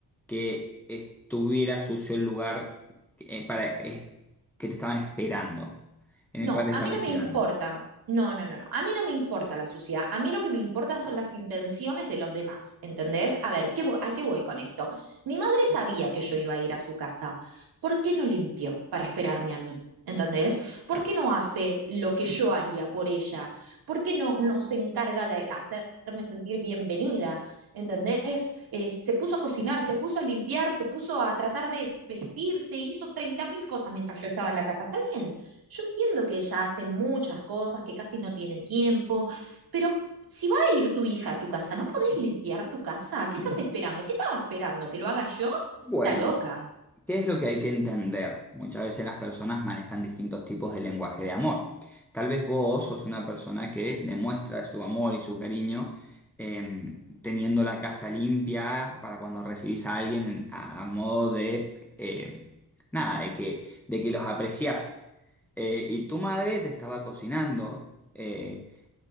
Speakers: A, in the centre; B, on the right.
A: que estuviera sucio el lugar eh, para, eh, que te estaban esperando, en
B: No,
A: el cual te
B: a
A: estaban
B: mí no
A: esperando.
B: me importa. No, no, no, no. A mí no me importa la suciedad. A mí lo que me importa son las intenciones de los demás, ¿entendés? A ver, ¿qué vo- ¿a qué voy con esto? Mi madre sabía que yo iba a ir a su casa. ¿Por qué no limpió para esperarme a mí? ¿Entendés? ¿Por
A: Ya.
B: qué no hace lo que yo haría por ella? ¿Por qué no, no se encarga de hacerme sentir bienvenida? ¿Entendés? Eh, se puso a cocinar, se puso a limpiar, se puso a tratar de vestirse, hizo 30.000 cosas mientras yo estaba en la casa. Está bien, yo entiendo que ella hace muchas cosas, que casi no tiene tiempo, pero si va a ir tu hija a tu casa, ¿no podés limpiar tu casa? ¿Qué estás esperando? ¿Qué estaba esperando? ¿Que lo haga yo?
A: Bueno.
B: Está loca.
A: ¿Qué es lo que hay que entender? Muchas veces las personas manejan distintos tipos de lenguaje de amor. Tal vez vos sos una persona que demuestra su amor y su cariño eh, teniendo la casa limpia para cuando recibís a alguien en- a, a modo de, eh, nada, de que, de que los apreciás. Eh, y tu madre te estaba cocinando eh,